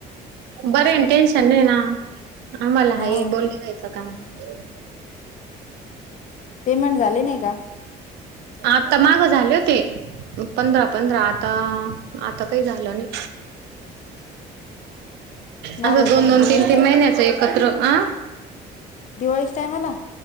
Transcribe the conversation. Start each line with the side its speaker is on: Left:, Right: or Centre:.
Right: बर टें टेन्शन नै ना. आम्हाला
Left: हा
Right: आहे बोलले घ्यायचं काम. <inaudible>
Left: पेमेंट झाले नाही का?
Right: आता माग झाले होते. पंधरा पंधरा आता आता काही झालं नाही.
Left: माग
Right: असं दोन
Left: कधी
Right: दोन
Left: दिवाळीच
Right: तीन तीन महिन्याच एकत्र अ
Left: दिवाळीच्या टाईमाला.